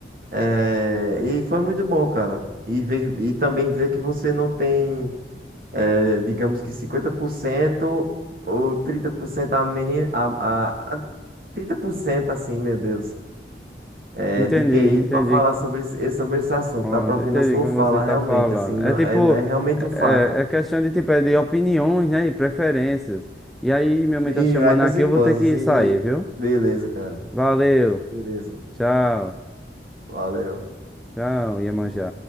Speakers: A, on the right; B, in the centre.
A: eh, e foi muito bom, cara. E ver, e também ver que você não tem, eh, digamos que 50% ou 30% a menos, a, a, a 30% assim, meu Deus é,
B: Entendi,
A: de QI
B: entendi.
A: para falar sobre esse, esse- sobre esse assunto.
B: Pronto,
A: Dá para ouvir
B: entendi
A: na sua
B: como
A: fala,
B: você tá
A: realmente,
B: falando.
A: assim, não,
B: É tipo,
A: é, é realmente
B: é,
A: um fato.
B: é é questão de tipo, é de opiniões, né? E preferências. E aí, minha mãe
A: Sim,
B: tá chamando
A: Riders
B: aqui,
A: e
B: eu
A: Puzzles,
B: vou ter que
A: e
B: sair, viu?
A: beleza, cara.
B: Valeu,
A: Beleza,
B: tchau,
A: valeu.
B: tchau, Iemanjá.